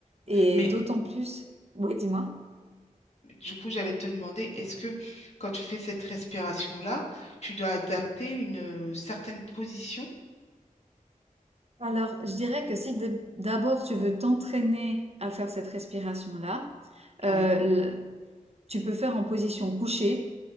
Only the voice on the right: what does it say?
Et
d'autant plus. Oui, dis-moi.
Alors, je dirais que si d- d'abord tu veux t'entraîner à faire cette respiration-là, Heu,
tu peux faire en position couchée